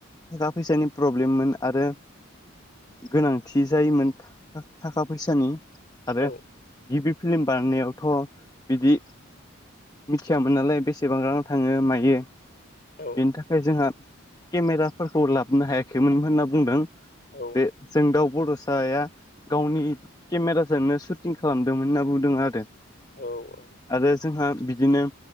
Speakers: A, on the left; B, on the left.
A: थाखा फैसानि प्रब्लेममोन आरो गोनांथि जायोमोन थाखा फैसानि आरो
B: औ
A: गिबि फिल्म बानायनायावथ' बिदि मिथियामोन नालाय बेसेबां रां थाङो मायो।
B: औ
A: बेनि थाखाय जोंहा केमेराफोरखौ लाबोनो हायाखैमोन होनना बुंदों।
B: औ
A: बे जोंदाउ बड'साया। गावनि केमेराजोननो सुटिं खालामदोंमोन होनना बुंदों आरो।
B: औ औ।
A: आरो जोंहा बिदिनो